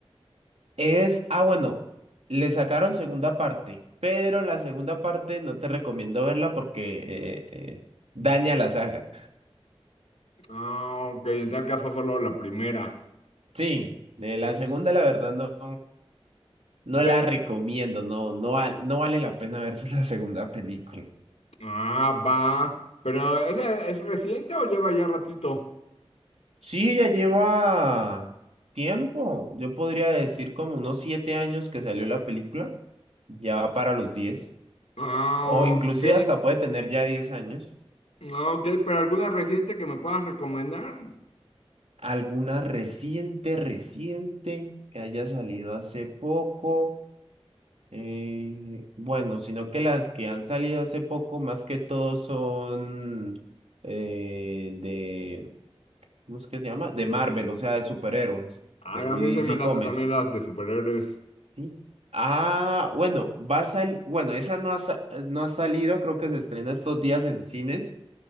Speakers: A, on the right; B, on the left.
A: Es, ah, bueno, le sacaron segunda parte, pero la segunda parte no te recomiendo verla porque eh, eh, daña la saga.
B: Ah, ok. En tal caso solo la primera.
A: Sí, eh, la segunda la verdad no, no
B: Ok.
A: la recomiendo, no, no, val- no vale la pena verse <laughs> la segunda película.
B: Ah, va. ¿Pero esa es reciente o lleva ya ratito?
A: Sí, ya lleva tiempo, yo podría decir como unos siete años que salió la película, ya va para los diez,
B: Ah,
A: o inclusive
B: ok.
A: hasta puede tener ya diez años.
B: Ah, Ok, pero alguna reciente que me puedas recomendar.
A: ¿Alguna reciente, reciente que haya salido hace poco? Eh, bueno, sino que las que han salido hace poco más que todo son eh, de, ¿cómo es que se llama? De Marvel, o sea, de superhéroes,
B: Ay,
A: de y
B: a mí se
A: DC
B: me late
A: Comics,
B: también las de superhéroes.
A: ¿sí? Ah, bueno, va a salir, bueno, esa no ha, sa- no ha salido, creo que se estrena estos días en cines,